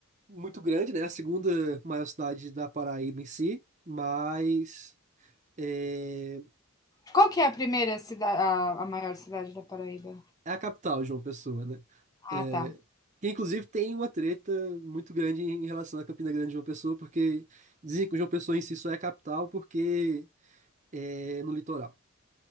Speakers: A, on the right; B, on the left.
A: muito grande, né? A segunda maior cidade da Paraíba em si, mas é,
B: Qual que é a primeira cidade, a, a maior cidade da Paraíba?
A: é a capital, João Pessoa, né? É,
B: Ah, tá.
A: que inclusive tem uma treta muito grande em relação à Campina Grande e João Pessoa, porque dizem que João Pessoa em si só é a capital porque é no litoral.